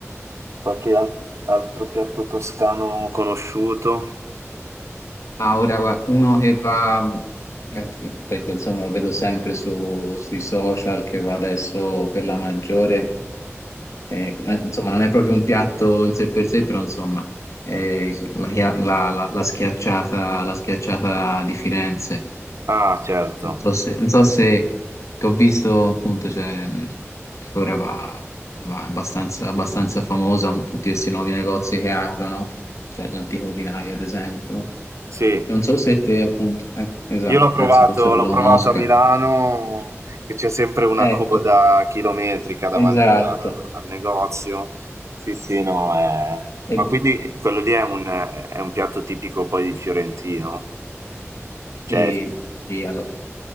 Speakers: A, on the right; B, on the left.
A: qualche al- altro piatto toscano conosciuto.
B: Ma ora guarda, uno che va, eh, perché insomma lo vedo sempre su- sui social, che va adesso per la maggiore, eh, insomma non è proprio un piatto in sé per sé, però insomma eh, la, chia- la- la- la schiacciata, la schiacciata di Firenze.
A: Ah, certo.
B: Non so se, non so se- che ho visto appunto cioè, mh, che ora va, va abbastanza, abbastanza famosa con tutti questi nuovi negozi che aprono, cioè l'antico vinaio ad esempio
A: Sì,
B: che non so se te appunto, eh, esatto,
A: io l'ho provato,
B: penso forse tu
A: l'ho
B: la
A: provato
B: conosca.
A: a Milano, che c'è sempre una
B: Ecco,
A: coda chilometrica davanti
B: esatto.
A: a- al negozio. Sì, sì, no, è-
B: E-
A: ma quindi quello lì è un, è un piatto tipico poi fiorentino. Cioè,
B: Sì, sì, allo-